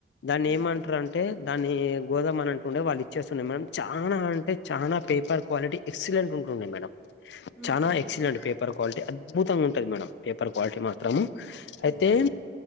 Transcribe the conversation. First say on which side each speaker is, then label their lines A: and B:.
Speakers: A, on the left; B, in the centre.
A: దాన్ని
B: ఉమ్
A: ఏమంటారు అంటే దాన్ని గోదాం అని అంటుండే వాళ్ళు ఇచ్చేస్తునే మేడం చానా అంటే చానా పేపర్ క్వాలిటీ ఎక్సిలెంట్ ఉంటుండే మేడం
B: ఉహుహు
A: చానా ఎక్సిలెంట్ పే పర్ క్వాలిటీ అద్భుతంగా ఉంటంది మేడం పేపర్ క్వాలిటీ మాత్రము
B: ఉహుహుహు
A: అయితే